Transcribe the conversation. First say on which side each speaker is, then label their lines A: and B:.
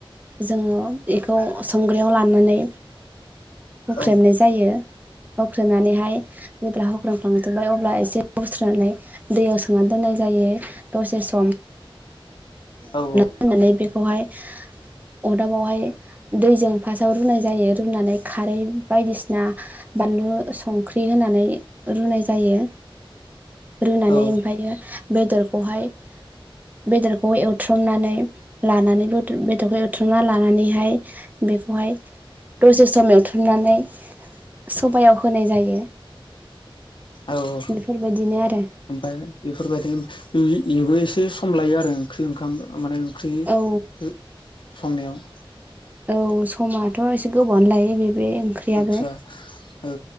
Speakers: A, on the right (about 20°); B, on the left (about 60°).
A: जोङो इखौ संग्राइयाव लानानै हुख्रेमनाय
B: औ
A: जायो हुख्रेमनानैहाय जेब्ला हुख्रेमखांजोबबाय अब्ला एसे जावस्रोनानै दैयाव सोमनानै दोननाय जायो दसे स
B: औ औ।
A: होननानै बेखौहाय अदाबावहाय दैजों फासआव रुनाय जायो रुनानै खारै बायदिसिना बा बानलु संख्रि होनानै रुनाय जायो। रुनानै
B: औ
A: ओमफ्रायो बेदरखौहाय बेदरखौ एवथ्रमनानै लानानैबो बदर बेदरखौ एथ्रुमना लानानैहाय बेखौहाय दसे सम एवथ्रमनानै सबायाव होनाय जायो।
B: औ औ
A: बेफोरबायदिनो आरो
B: ओमफाय बेफोरबायदि उम एबो एसे सम लायो आरो ओंख्रि ओंखाम माने ओंख्रि संनायाव।
A: औ औ समाथ' एसे गोबावानो लायो। बे बे ओंख्रियाबो
B: आतसा ओ